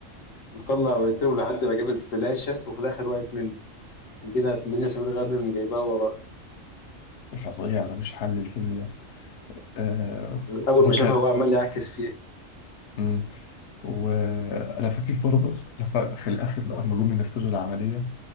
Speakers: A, on the left; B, on the left.
A: مطلع ويترب لحد ما جاب الفلاشة وفي الآخر وقعت منه جينا الدنيا سمير غانم جايباها وراه
B: فظيع ملوش حل الفيلم ده آه وكر
A: أول ما شافها هو عمال يعكس فيها
B: مم. وانا فاكر برضه لف- في الاخر بقى لما جم ينفذوا العمليه